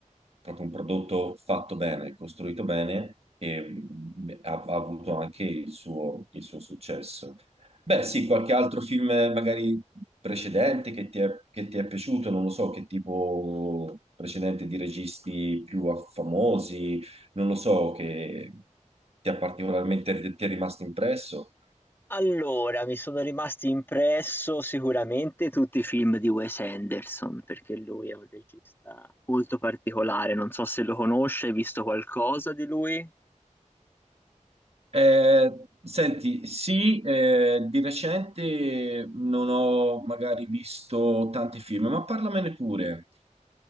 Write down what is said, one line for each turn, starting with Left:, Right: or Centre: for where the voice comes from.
Right: proprio un prodotto fatto bene, costruito bene e mm, ha, ha avuto anche il suo, il suo successo. Beh, sì, qualche altro film eh, magari precedente che ti è, che ti è piaciuto, non lo so, che tipo precedente di registi più famosi, non lo so, che ti ha particolarmente, ti è rimasto impresso.
Left: Allora, mi sono rimasti impresso sicuramente tutti i film di Wes Anderson, perché lui è un regista molto particolare. Non so se lo conosce, hai visto qualcosa di lui?
Right: Eh, senti, sì, eh, di recente non ho magari visto tanti film, ma parlamene pure.